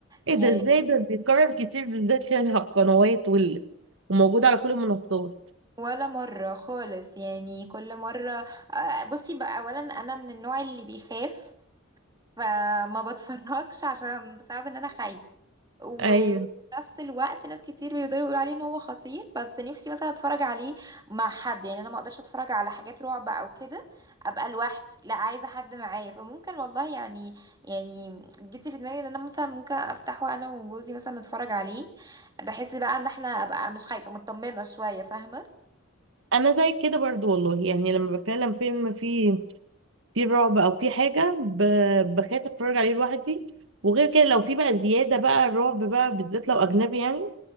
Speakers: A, on the right; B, on the right.
A: ايه
B: يعني
A: ده ازاي ده بيتكرر كتير بالذات يعني على القنوات وال... وموجود على كل المنصات
B: ولا مره خالص يعني كل مره آه، بصي بقى اولا انا من النوع اللي بيخاف فما بتفرجش عشان بسبب ان انا خايفه و-
A: ايوه
B: وفي نفس الوقت ناس كتير بيقدروا يقولوا عليه ان هو خطير بس نفسي مثلا اتفرج عليه مع حد يعني انا ما اقدرش اتفرج على حاجات رعب او كده ابقى لوحدي لا عايزه حد معايا فممكن والله يعني يعني جيتي في دماغي ان انا مثلا ممكن افتحه انا وجوزي مثلا نتفرج عليه بحس بقى ان احنا ابقى مش خايفه مطمنه شويه فاهمه
A: انا زي كده برضو والله يعني لما بتكلم فيلم فيه في رعب او في حاجه ب- بخاف اتفرج عليه لوحدي وغير كده لو في بقى زياده بقى الرعب بقى بالذات لو اجنبي يعني